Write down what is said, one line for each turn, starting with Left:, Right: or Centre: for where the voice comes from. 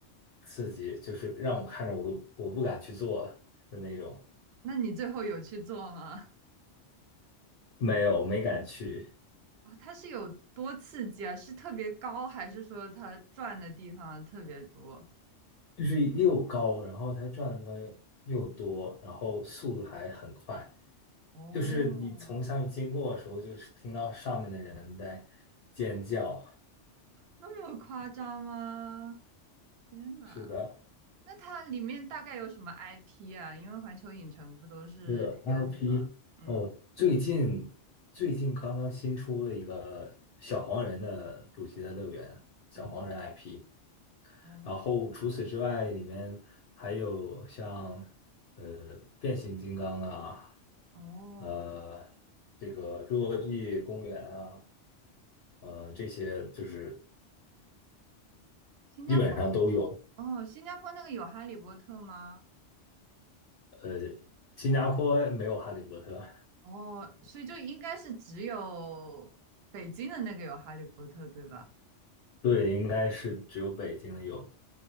Left: 刺激，就是让我看着我都我不敢去坐的那种。
Right: 那你最后有去做吗？
Left: 没有，没敢去，
Right: 哇，它是有多刺激啊？是特别高，还是说它转的地方特别多？
Left: 就是又高，然后它转的地方又多，然后速度还很快。
Right: 哦，
Left: 就是你从下面经过的时候，就是听到上面的人在尖叫。
Right: 那么夸张吗？天呐！
Left: 是的。
Right: 那它里面大概有什么 IP 啊？因为环球影城不都是有很多，
Left: 的 IP
Right: 嗯，
Left: 哦，最近最近刚刚新出了一个小黄人的主题的乐园，小黄人
Right: 哦
Left: IP。
Right: 哦
Left: 然后除此之外，里面还有像呃变形金刚啊，
Right: 哦，
Left: 呃这个侏罗纪公园啊，呃这些就是
Right: 新加坡
Left: 基本上都有。
Right: 哦，新加坡那个有哈利波特吗？
Left: 呃，新加坡没有哈利波特，
Right: 哦，所以就应该是只有北京的那个有哈利波特，对吧？
Left: 对，应该是只有北京有，